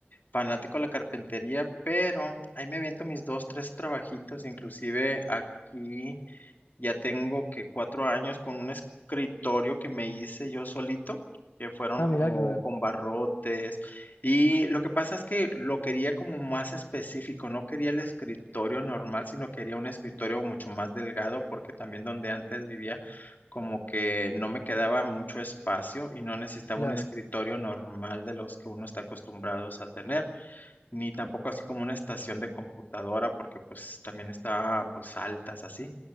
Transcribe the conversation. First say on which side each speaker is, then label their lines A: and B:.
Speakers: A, on the left; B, on the left.
A: fanático de la carpintería, pero ahí me aviento mis dos, tres trabajitos, inclusive aquí. Ya tengo que cuatro años con un escritorio que me hice yo solito, que fueron
B: Ah,
A: como
B: mirá que bueno.
A: con barrotes. Y lo que pasa es que lo quería como más específico, no quería el escritorio normal, sino quería un escritorio mucho más delgado, porque también donde antes vivía, como que no me quedaba mucho espacio y no necesitaba
B: Claro,
A: un escritorio normal de los que uno está acostumbrados a tener ni tampoco así como una estación de computadora, porque pues también está pues altas así.